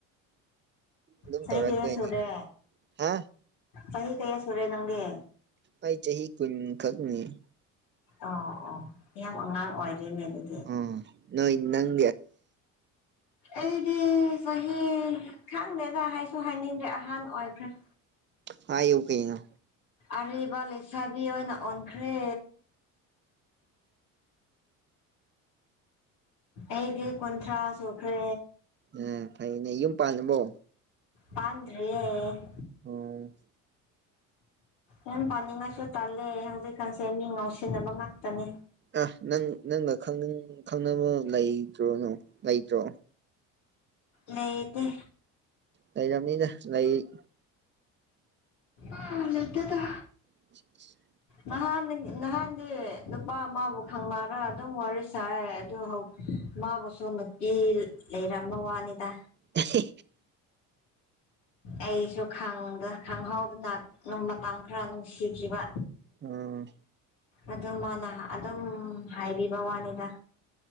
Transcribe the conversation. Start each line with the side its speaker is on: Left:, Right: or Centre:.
Right: ꯑꯗꯨꯝ
Left: ꯆꯍꯤꯩ
Right: ꯇꯧꯔꯛꯇꯣꯏꯅꯦ
Left: ꯀꯩꯌꯥ ꯁꯨꯔꯦ
Right: ꯍꯥ
Left: ꯆꯍꯤꯍꯤ ꯀꯩꯌꯥ ꯁꯨꯔꯦ ꯅꯪꯒꯤ
Right: ꯑꯩꯥꯏ ꯆꯍꯤ ꯆꯍꯤ ꯈꯨ ꯈꯛꯅꯤ
Left: ꯑꯣ ꯑꯣ ꯌꯥꯝ ꯑꯉꯥꯡ ꯑꯣꯏꯔꯤꯔꯤꯅꯦ ꯑꯗꯨꯗꯤ
Right: ꯑ ꯅꯣꯏ ꯅꯪ
Left: ꯑꯩꯗꯤ ꯆꯍꯤ ꯈꯪꯗꯦꯗ ꯍꯥꯏꯁꯨ ꯍꯥꯏꯅꯤꯡꯗ꯭ꯔꯦ ꯑꯍꯥꯟ ꯑꯣꯏꯈ꯭ꯔꯦ
Right: ꯍꯥꯥ ꯏ ꯀꯩꯅ
Left: ꯑꯔꯤꯕ ꯂꯩꯁꯥꯕꯤ ꯑꯣꯏꯅ ꯑꯣꯟꯈ꯭ꯔꯦ ꯑꯩꯒꯤ ꯀꯟꯊ꯭ꯔꯥꯁꯨꯣꯈ꯭ꯔꯦ
Right: ꯎ ꯐꯩꯅꯦ ꯌꯨꯝ ꯄꯥꯜꯂꯕꯣ
Left: ꯄꯗ꯭ꯔꯦ
Right: ꯑꯣ
Left: ꯌꯥꯝ ꯄꯥꯅꯤꯡꯉꯥꯏꯁꯨ ꯇꯜꯂꯦ ꯍꯧꯖꯤꯛꯀꯥꯟꯁꯦ ꯃꯤ ꯉꯥꯎꯁꯤꯟꯅꯕ ꯉꯥꯛꯇꯅꯦ
Right: ꯑ ꯅꯪ ꯅꯪꯒ ꯈꯪꯅꯕ ꯂꯩꯇ꯭ꯔꯣꯅꯣ ꯂꯩꯇ꯭ꯔꯣ
Left: ꯂꯩꯗꯤ
Right: ꯂꯩꯩꯖꯝꯅꯤꯗ ꯂꯩ
Left: ꯑ ꯂꯩꯗꯗ
Right: <unintelligible>
Left: ꯅꯍꯥꯟ ꯅꯍꯥꯟꯗꯤ ꯅꯨꯄꯥ ꯑꯃꯕꯨ ꯈꯪꯅꯔ ꯑꯗꯨꯝ ꯋꯥꯔꯤ ꯁꯥꯏ ꯑꯗꯨ ꯍꯧ ꯃꯥꯕꯨꯁꯨ ꯅꯨꯄꯤ ꯂꯩꯔꯝꯕꯩ ꯋꯥꯅꯤꯗ
Right: ꯑ
Left: ꯑꯩꯁꯨ ꯈꯪꯗ ꯈꯪꯍꯥꯎꯗꯅ ꯃꯇꯝ ꯈꯔ ꯅꯨꯡꯁꯤꯈꯤꯕ
Right: ꯎꯝ
Left: ꯑꯗꯨ ꯃꯥꯅ ꯑꯗꯨꯝ ꯍꯥꯏꯕꯤꯕꯩ ꯋꯥꯅꯤꯗ